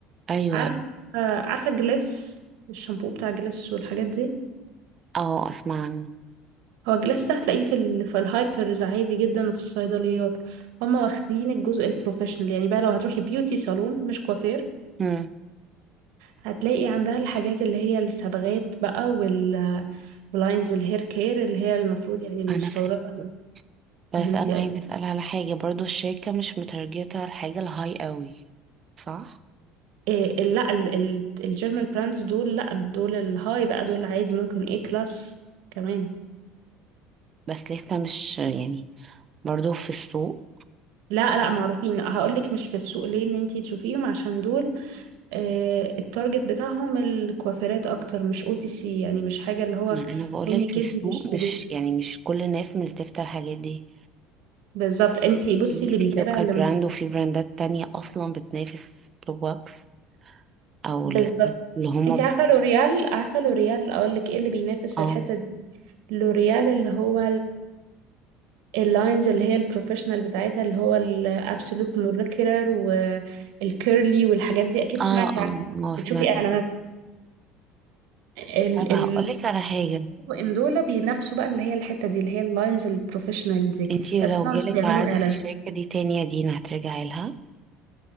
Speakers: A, on the right; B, on the right.
A: ايوه
B: عارف آه، عارفة جليس الشامبو بتاع جليس والحاجات دي
A: اه اسمع عنه
B: هو جليس ده هتلاقيه في, ال... في الهايبرز عادي جدا وفي الصيدليات هما واخدين الجزء البروفيشنال يعني بقى لو هتروحي بيوتي صالون مش كوافير
A: مم.
B: هتلاقي عندها الحاجات اللي هي الصبغات بقى وال- واللاينز الهير كير اللي هي المفروض يعني المستوردة
A: انا فهمت بس
B: فهمتي
A: انا عايزة اسأل على حاجة برضه الشركة مش متارجتة الحاجة الهاي قوي صح
B: إيه ال- لا ال- ال- الجيرمان براندز دول لا دول الهاي بقى دول عادي ممكن ايه كلاس كمان
A: بس لسه مش يعني برضو في السوق
B: لا لا معروفين هقولك مش في السوق ليه ان انتي تشوفيهم عشان دول آه التارجت بتاعهم الكوافيرات اكتر مش او تي سي يعني مش حاجة اللي هو
A: ما انا بقول
B: منك
A: لك في السوق
B: انتي تشتريها
A: مش يعني مش كل الناس ملتفتة الحاجات دي
B: بالظبط انتي بصي
A: في
B: اللي بيتابع
A: في لوكال
B: اللي م...
A: براند وفي براندات تانية اصلا بتنافس بلوبوكس او
B: بالظبط
A: الحاجات اللي هما
B: انتي عارفة لوريال عارفة لوريال اقولك ايه اللي بينافس
A: اه
B: الحتة دي لوريال اللي هو اللاينز اللي هي البروفيشنال بتاعتها اللي هو الابسولوت مولكيولر والكيرلي والحاجات دي اكيد
A: اه
B: سمعتي
A: اه
B: عنها
A: اه سمعت
B: بتشوفي اعلاناتها
A: عنها.
B: ال
A: طب هقول
B: ال
A: لك على حاجة
B: ان دول بينافسوا بقى اللي هي الحتة دي اللي هي اللاينز البروفيشنال دي
A: انتي
B: بس
A: لو
B: هما
A: جالك
B: مش بيعملوا
A: عرض
B: اعلانات
A: في الشركة دي تاني يا دينا هترجعي لها